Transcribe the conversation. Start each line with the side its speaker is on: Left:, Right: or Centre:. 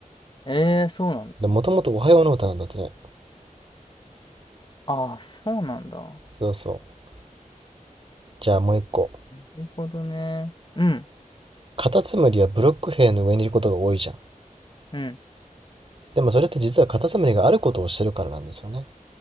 Left: ええー、そうなんだ。
Right: で、もともとおはようの歌なんだってね。
Left: ああ、そうなんだ。
Right: そうそう。じゃあもう一個。
Left: なるほどね。うん、
Right: カタツムリはブロック塀の上にいることが多いじゃん。
Left: うん。
Right: でもそれって実はカタツムリがあることをしてるからなんですよね。